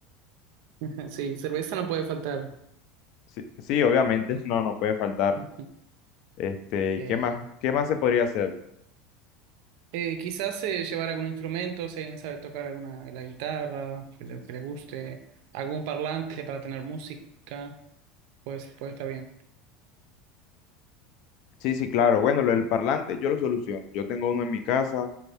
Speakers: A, on the right; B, on the left.
A: <laughs> sí, cerveza no puede faltar.
B: Sí, sí, obviamente, <laughs> no, no puede faltar.
A: <laughs>
B: Este, ¿y
A: Eh,
B: ¿qué más, qué más se podría hacer?
A: eh, quizás eh, llevar algún instrumento, si alguien sabe tocar alguna la guitarra, que le, que le guste, algún parlante para tener música. Pues, pues está bien.
B: Sí, sí, claro. Bueno, lo del parlante yo lo soluciono. Yo tengo uno en mi casa,